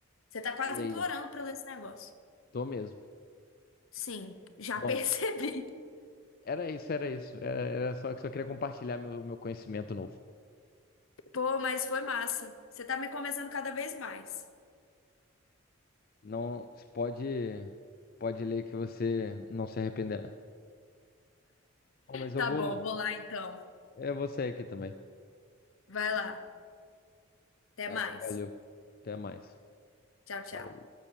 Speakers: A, on the left; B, on the left.
A: Você tá quase
B: Leia,
A: implorando para ler esse negócio.
B: tô mesmo.
A: Sim, já
B: Bom,
A: <laughs> percebi.
B: era isso, era isso. Era, era só que só queria compartilhar meu, meu conhecimento novo.
A: Pô, mas foi massa. Você tá me convencendo cada vez mais.
B: Não, pode, pode ler que você não se arrependerá. Bom, mas eu
A: Tá
B: vou,
A: bom, vou lá então.
B: eu vou sair aqui também.
A: Vai lá. Até
B: Tá
A: mais.
B: bom, valeu. Até mais.
A: Tchau, tchau.
B: Falou.